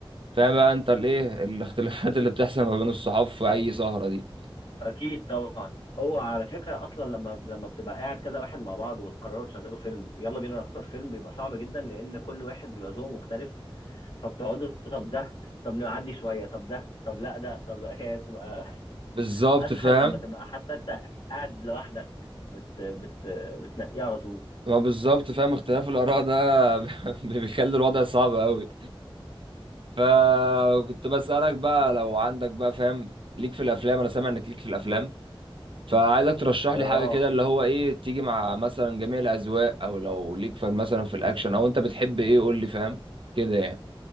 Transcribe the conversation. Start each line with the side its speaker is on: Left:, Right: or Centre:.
Right: فاهم بقى انت الايه الاختلافات اللي بتحصل ما بين الصحاب في اي سهرة دي
Left: اكيد طبعا هو على فكره اصلا لما لما بتبقى قاعد كذا واحد مع بعض وتقرروا تشغلوا فيلم ويلا بينا نختار فيلم بيبقى صعب جدا لان كل واحد بيبقى ذوقه مختلف فبتقعدوا طب ده طب نعدي شويه طب ده طب لا ده طب هي بتبقى <laughs>
Right: بالظبط
Left: اسهل
Right: فاهم
Left: لما تبقى حتى انت قاعد لوحدك بت بت بتنقيه على طول
Right: ما بالظبط فاهم اختلاف الآراء ده <laughs> بيخلي الوضع صعب قوي فكنت بسألك بقى لو عندك بقى فاهم ليك في الأفلام أنا سامع إنك ليك في الأفلام فعايزك ترشح
Left: انا
Right: لي حاجة
Left: اه
Right: كده اللي هو إيه تيجي مع مثلا جميع الأذواق أو لو ليك في مثلا في الأكشن أو أنت بتحب إيه قول لي فاهم كده يعني